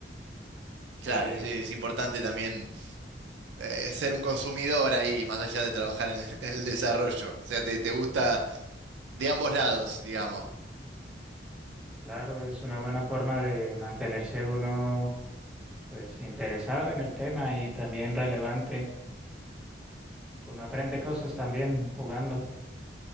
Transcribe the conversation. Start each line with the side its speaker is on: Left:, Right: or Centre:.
Centre: sí.
Right: Claro, es, es importante también eh, ser un consumidor ahí, más allá de trabajar en, <laughs> en el desarrollo. O sea, te, te gusta de ambos lados, digamos.
Centre: Claro, es una buena forma de mantenerse uno pues interesado en el tema y también relevante. Uno aprende cosas también jugando,